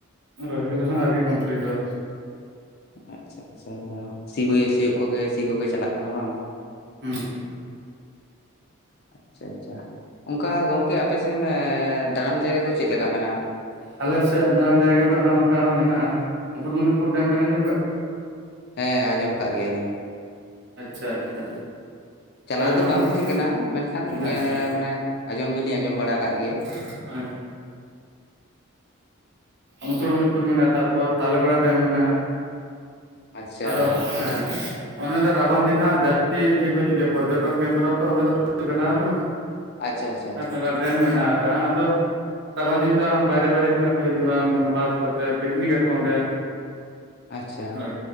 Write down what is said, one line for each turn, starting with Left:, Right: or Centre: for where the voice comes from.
Right: ᱨᱚᱦᱚᱭ ᱠᱚᱫᱚ ᱦᱟᱸᱜ ᱟᱹᱣᱨᱤ ᱠᱚᱢᱯᱞᱤᱴᱚᱜᱼᱟ᱾
Left: ᱟᱪᱪᱷᱟ ᱟᱪᱪᱷᱟ ᱥᱤ ᱵᱟᱹᱭᱟᱹ ᱥᱤᱭᱳᱜ ᱠᱚᱜᱮ ᱥᱤ ᱠᱚᱜᱮ ᱪᱟᱞᱟᱜ ᱠᱟᱱᱟ ᱵᱟᱝ?
Right: ᱦᱩᱸ
Left: ᱟᱪᱪᱷᱟ ᱟᱪᱪᱷᱟ, ᱚᱱᱠᱟ ᱜᱚᱝᱠᱮ ᱟᱯᱮ ᱥᱮᱱ ᱫᱟᱬᱟᱱ ᱡᱟᱭᱜᱟ ᱠᱚ ᱪᱮᱫ ᱞᱮᱠᱟ ᱢᱮᱱᱟᱜᱼᱟ?
Right: ᱟᱞᱮ ᱥᱮᱫ ᱫᱟᱬᱟᱱ ᱡᱟᱭᱜᱟ ᱫᱚ ᱦᱟᱸᱜ ᱚᱝᱠᱟ ᱢᱮᱱᱟᱜᱼᱟ ᱢᱩᱠᱩᱴᱢᱩᱱᱤᱯᱩᱨ ᱰᱮᱢ ᱵᱤᱱ ᱟᱸᱡᱚᱢ ᱠᱟᱜᱼᱼ
Left: ᱦᱮᱸ ᱟᱡᱚᱢ ᱠᱟᱜ ᱜᱮᱭᱟ ᱞᱤᱧ᱾
Right: ᱟᱪᱪᱷᱟ ᱟᱪᱪᱷᱟ᱾
Left: ᱪᱟᱞᱟᱣ
Right: ᱦᱳᱭ ᱚᱱᱟ
Left: ᱫᱚ ᱵᱟᱝ
Right: ᱢᱩᱠᱩᱴ
Left: ᱦᱳᱭ ᱠᱟᱱᱟ ᱢᱮᱱᱠᱷᱟᱱ ᱧᱮ
Right: ᱟᱪᱪᱷᱟ
Left: ᱮ ᱢᱟᱱᱮᱼᱼ ᱟᱡᱚᱢ ᱫᱚᱞᱤᱧ ᱟᱸᱡᱚᱢ ᱵᱟᱲᱟ ᱠᱟᱜ ᱜᱮᱭᱟ᱾
Right: <unintelligible> ᱢᱩᱠᱩᱴᱢᱩᱱᱤᱯᱩᱨ ᱢᱮᱱᱟᱜᱼᱟ ᱛᱟᱯᱚᱨ ᱛᱟᱞᱮᱵᱮᱲᱟ ᱰᱮᱢ ᱢᱮᱱᱟᱜᱼᱟ᱾
Left: ᱟᱪᱪᱷᱟ
Right: ᱟᱫᱚ
Left: ᱛᱟᱦᱚᱞᱮ
Right: ᱦᱮᱸ᱾ ᱚᱰᱮ ᱫᱚ ᱨᱟᱵᱟᱝ ᱫᱤᱱ ᱦᱟᱸᱜ ᱡᱟᱹᱥᱛᱤ ᱤᱭᱟᱹ ᱠᱚ ᱦᱤᱡᱩᱜ ᱜᱮᱭᱟ ᱯᱚᱨᱡᱚᱴᱚᱱ ᱠᱮᱱᱫᱨᱚ ᱛᱚ ᱚᱸᱰᱮ ᱫᱚ ᱯᱚᱨᱡᱚᱴᱚᱱ ᱵᱮᱱᱟᱣ ᱟᱠᱟᱱᱟ᱾
Left: ᱟᱪᱪᱷᱟ ᱟᱪᱪᱷᱟ ᱟᱪᱪᱷᱟ
Right: ᱟᱨ ᱛᱟᱞᱟ
Left: ᱟᱪᱪᱷᱟ
Right: ᱰᱮᱢ ᱢᱮᱱᱟᱜ ᱟᱠᱟᱜᱼᱟ, ᱟᱫᱚᱼᱼ ᱨᱟᱵᱟᱝ ᱫᱤᱱ ᱫᱚ ᱵᱟᱭᱨᱮ ᱵᱟᱭᱨᱮ ᱠᱷᱚᱱᱟᱜ ᱠᱚ ᱦᱤᱡᱩᱜᱼᱟ ᱢᱟᱱᱮ ᱵᱟᱥ ᱠᱚᱛᱮ ᱯᱤᱠᱱᱤᱠ ᱟᱠᱚ ᱚᱸᱰᱮ᱾
Left: ᱟᱪᱪᱷᱟ᱾
Right: ᱦᱳᱭ